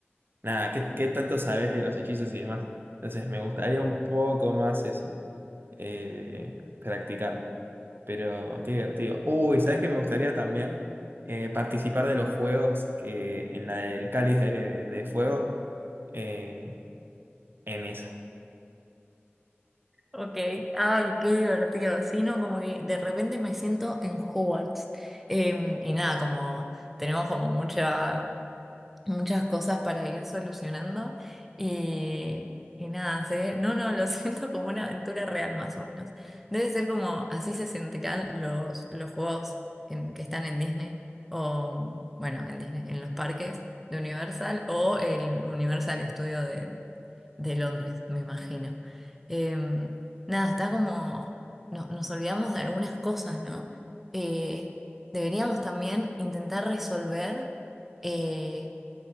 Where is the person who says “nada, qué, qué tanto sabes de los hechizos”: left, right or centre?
Right